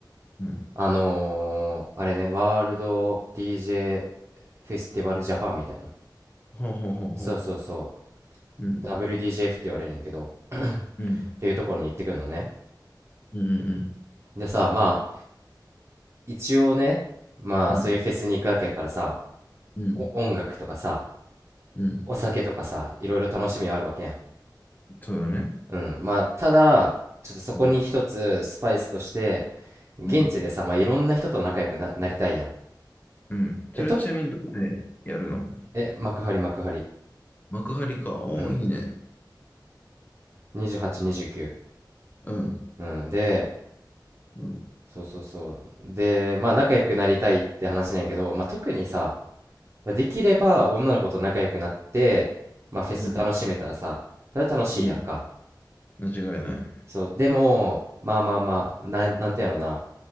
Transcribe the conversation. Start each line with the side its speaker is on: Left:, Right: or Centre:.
Left: うん。
Right: あのーあれね、ワールド DJ フェスティバルジャパンみたいな。
Left: はあ、はあはあはあ。
Right: そうそうそう、
Left: うん、
Right: WDJF って言われるんやけど、
Left: うん、
Right: っていうところに行ってくるのね。
Left: うん、うん、
Right: でさ、まあ、一応ね、まあ、
Left: うん、
Right: そういうフェスに行くわけやからさ、
Left: うん、
Right: お音楽とかさ、
Left: うん。
Right: お酒とかさ、いろいろ楽しみあるわけやん。
Left: そうだね。
Right: うん。まあ、ただ、ちょっとそこに一つスパイスとして、
Left: うん、
Right: 現地でさ、
Left: うん、
Right: まあ、いろんな人と仲良くな、なりたいやん。
Left: うん。
Right: で、
Left: それちなみにどこでやるの
Right: と、え、幕張、幕張。
Left: 幕張か。おお、
Right: うん。
Left: いいね。
Right: 28、29。
Left: うん、
Right: うん。で、
Left: うん、
Right: そうそうそう。で、まあ、仲良くなりたいって話なんやけど、まあ、特にさ、まあできれば女の子と仲良くなって、まあ、フェス楽しめたらさ、
Left: うん、
Right: それは楽しいやんか。
Left: うん。間違いない。
Right: そう。でも、まあまあまあ、なん、なんていうのな。